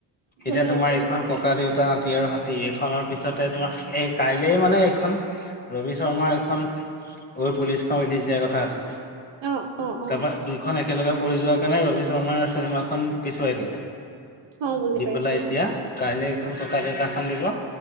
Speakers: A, on the right; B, on the left.
A: হৈয়ে
B: এতিয়া তোমাৰ
A: আছে
B: এইখন
A: তাকে
B: ককা দেউতা তি আৰু হাতী এইখনৰ পিছতে তোমাৰ এই কাইলৈ এই মানে এইখন ৰবি শৰ্মাৰ এইখন ঐ পুলিচখন ৰিলিজ দিয়াৰ কথা আছিলে।
A: অ', অ',
B: তাৰপা
A: অ'।
B: দুইখন একেলগে পৰি যোৱাৰ কাৰণে ৰবি শৰ্মাৰ চিনেমাখন পিছুৱাই দিলে।
A: অ', বুজি
B: দি
A: পাইছোঁ
B: পেলাই এতিয়া কাইলে এইখন ককা দেউতাৰ খন দিব।